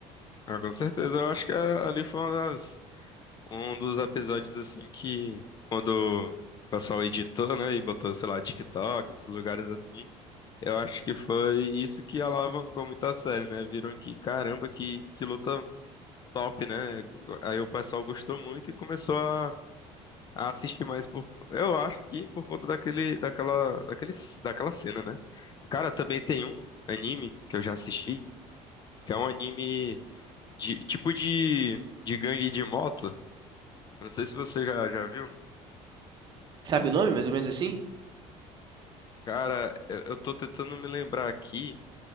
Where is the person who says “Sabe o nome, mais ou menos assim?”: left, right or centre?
Right